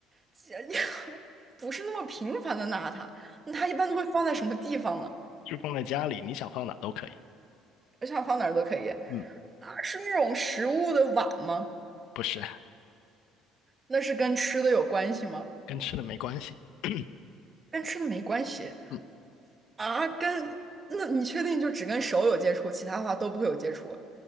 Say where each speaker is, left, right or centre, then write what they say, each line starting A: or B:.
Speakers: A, on the right; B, on the left.
A: 这 <laughs> 不是那么频繁的拿它，那它一般都会放在什么地方呢？
B: 就放在家里，你想放哪都可以。
A: 我想放哪儿都可以
B: 嗯，
A: 啊，是那种食物的碗吗？
B: 不是，
A: 那是跟吃的有关系吗？
B: 跟吃的没关系。<clears throat>
A: 跟吃的没关系
B: 嗯，
A: 啊，跟那你确定就只跟手有接触，其他的话都不会有接触？